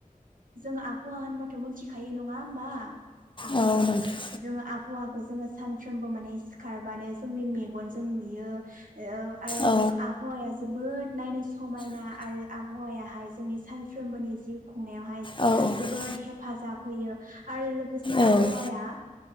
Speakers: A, on the right; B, on the left.
A: जों आबहावा होनबाथ' मोनथिखायो नङा होमबा? जोङो
B: औ नोंथां
A: जोङो आबहावाखौ बे खौ जोङो सानफ्रोमबो माने सिखारबानो जोंनि मेगनजों नुयो। औ आरो
B: औ
A: जों आबहावाया जोबोद नायनो समायना। आबहावायाहाय जोंनि सानफ्रोमबोनि जिउखौ खुंनायावहाय
B: औ
A: जोबोद हेफाजाब होयो आरो लोगोसे
B: औ
A: आबहावाया